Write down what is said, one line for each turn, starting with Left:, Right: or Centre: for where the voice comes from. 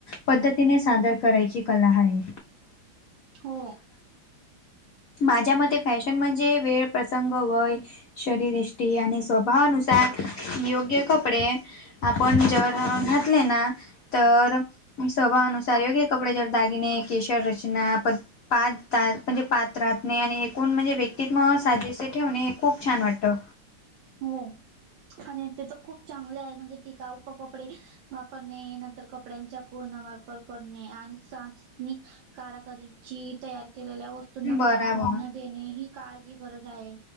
Left: पद्धतीने सादर करायची कला हाये.
Right: हो
Left: माझ्या मते फॅशन म्हणजे वेळ, प्रसंग, वय, शरीरयष्टी आणि स्वभावानुसार <unintelligible> योग्य कपडे आपण जर घातले ना तर अ स्वभावानुसार योग्य कपडे जर दागिने, केशर रचना पद पाच द म्हणजे पाच राहत नाही आणि एकूण म्हणजे व्यक्तित्व साजेसे ठेवणे हे खूप छान वाटतं.
Right: हो आणि ते तर खूप चांगले आहे म्हणजे टिकाऊ प कपडे वापरणे नंतर कपड्यांचा पूर्ण वापर करणे आणि सास निक काराकरीची तयार केलेल्या वस्तूंना
Left: बराबर.
Right: प्राधान्य देणे ही काळाची गरज आहे.